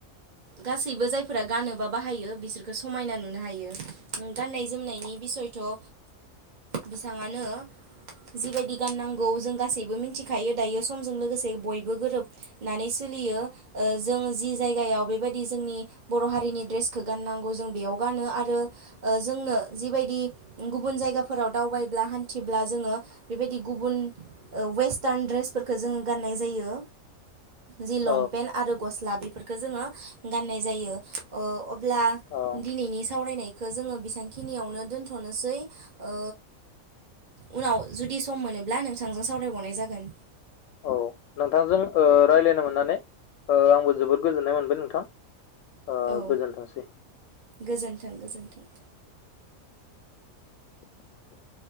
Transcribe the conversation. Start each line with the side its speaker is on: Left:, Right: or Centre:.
Right: गासैबो जायफोरा गानोबा बाहायो बिसोरखौ समायना नुनो हायो उम गाननाय जोमनायनि बिसयथ' ओ बिसाङानो जिबायदि गाननांगौ जों गासैबो मिथिखायो दायो समजों लोगोसे बयबो गोरोबनानै सोलियो ओ जों जि जायगायाव बेबायदि जोंनि बर' हारिनि द्रेसखौ गाननांगौ जों बेयाव गानो आरो ओ जोंनो जिबायदि गुबुन जायगाफोराव दाव दावबायब्ला हानथिब्ला जोङो बेबादि गुबुन ओ वयेसटार्न द्रेसफोरखौ जोङो गाननाय जा जायो जि
Left: औ
Right: लंपेन्ट आरो गस्ला बेफोरखौ जोङो गाननाय जायो ओ अब्ला
Left: औ
Right: दिनैनि
Left: औ
Right: सावरायनायखौ जोङो बेसेबां खिनियावनो दोनथ'नोसै ओ उनाव जुदि सम मोनोब्ला नोंथांजों सावरायबावनाय जागोन
Left: औ नोंथांजों रायज्लायनो मोननानै आंबो जोबोर गोजोननाय मोनबाय नोंथां ओ
Right: औ
Left: गोजोनथोंसै
Right: गोजोन्थों गोजोन्थों
Left: <inaudible>